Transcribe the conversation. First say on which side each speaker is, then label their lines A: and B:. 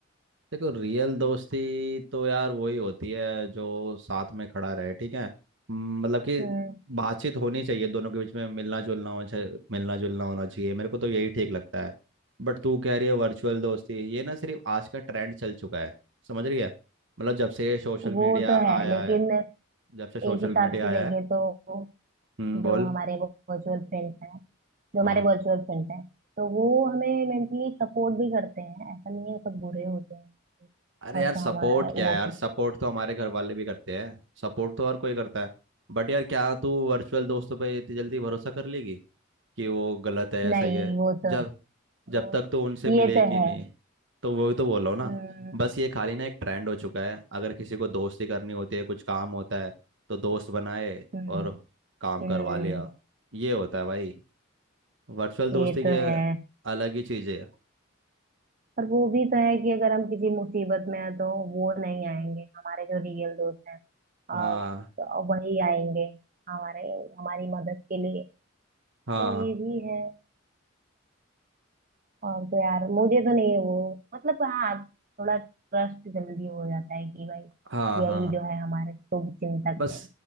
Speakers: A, on the right; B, on the right.
A: देखो रियल दोस्ती तो यार वही होती है जो साथ में खड़ा रहे ठीक है म, मतलब कि
B: हम्म
A: बातचीत होनी चाहिए दोनों के बीच में मिलना जुलना होना चाहिए मिलना जुलना होना चाहिए मेरे को तो यही ठीक लगता है बट तू कह रही है वर्चुअल दोस्ती ये ना सिर्फ आज का ट्रेंड चल चुका है समझ रही है मतलब जब से सोशल
B: वो
A: मीडिया
B: तो है
A: आया
B: लेकिन
A: है जब
B: एक
A: से सोशल
B: हिसाब
A: मीडिया
B: से
A: आया
B: देखे
A: है
B: तो
A: हम्म बोल
B: जो हमारे वो वर्चुअल फ्रेंड्स हैं जो हमारे
A: हम्म।
B: वर्चुअल फ्रेंड्स हैं तो वो हमें मेंटली सपोर्ट भी करते हैं ऐसा नहीं है सब बुरे होते हैं
A: अरे
B: बस
A: यार सपोर्ट
B: हमारा
A: क्या
B: वो
A: है यार
B: करते
A: सपोर्ट तो हमारे घर वाले भी करते हैं सपोर्ट तो हर कोई करता है बट यार क्या तू वर्चुअल दोस्तों पे इतनी जल्दी भरोसा कर लेगी कि वो गलत है या
B: हैं। नहीं
A: सही है
B: वो तो
A: जब जब
B: वो
A: तक तो उनसे
B: ये
A: मिले
B: तो
A: कि
B: है
A: नहीं तो वही तो बोल रहा हूँ ना
B: हम्म
A: बस ये खाली ना एक ट्रेंड हो चुका है अगर किसी को दोस्ती करनी होती है कुछ काम होता है तो दोस्त बनाए
B: हम्म
A: और काम
B: हम्म
A: करवा लिया ये होता है भाई वर्चुअल दोस्ती
B: ये तो
A: की
B: है
A: अलग ही चीज़ है
B: पर वो भी तो है कि अगर हम किसी मुसीबत में हैं तो वो नहीं आएंगे हमारे जो रियल दोस्त हैं
A: हाँ
B: आ, वही आएंगे हमारे हमारी मदद के लिए तो
A: हाँ
B: ये भी है और तो यार मुझे तो नहीं है वो मतलब हाँ थोड़ा ट्रस्ट जल्दी हो जाता है कि भाई
A: हाँ हाँ
B: यही जो है हमारे शुभ चिंतक
A: बस
B: है